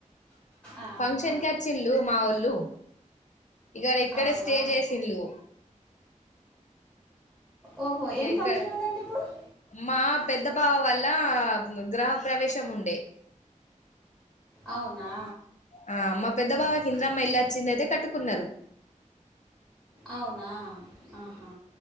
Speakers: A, in the centre; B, on the left.
A: ఆహా.
B: ఫంక్షన్ కి వొచ్చిల్లు మావోళ్ళు గ డిక్కడే
A: అవునా
B: స్టే చేసిల్లు
A: ఓహో
B: ఇకా
A: ఏం
B: ఇక్క
A: ఫంక్షన్ ఉందండి ఇప్పుడు
B: మా పెద్ద బావ వాళ్ లా గ్రహ ప్ర్రవేశము ఉండే
A: అవునా
B: ఆ మా పెద్ద బావకి
A: ఓకే
B: ఇంద్రమ్మ
A: ఓకే
B: ఇల్లచ్చింది అయితే కట్టుకున్నారు
A: అవునా ఆహా